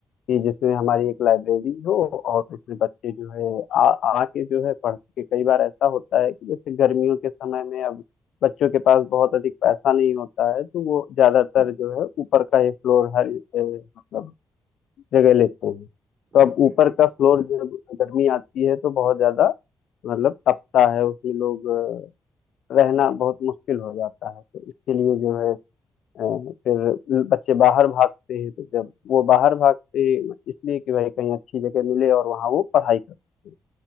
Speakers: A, on the left; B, on the right.
A: कि जिसमें हमारी एक लाइब्रेरी हो और उसमें बच्चे जो है आ आके जो है पढ़ के कई बार ऐसा होता है कि जैसे गर्मियों के समय में अब बच्चों के पास बहुत अधिक पैसा नहीं होता है तो वो ज्यादातर जो है ऊपर का ये फ्लोर हर अ, मतलब जगह लेते हैं तो
B: हाँ,
A: अब
B: बिल्कुल
A: ऊपर का
B: बिल्कुल
A: फ्लोर जब गर्मी आती है तो बहुत ज्यादा मतलब तपता है उसमें लोग अ, रहना बहुत मुश्किल हो जाता है तो इसके लिए जो है अ, फिर बच्चे बाहर भागते हैं तो जब वो बाहर भागते हैं इसलिए कि भाई कहीं अच्छी जगह मिले और वहाँ वो पढ़ाई कर सकें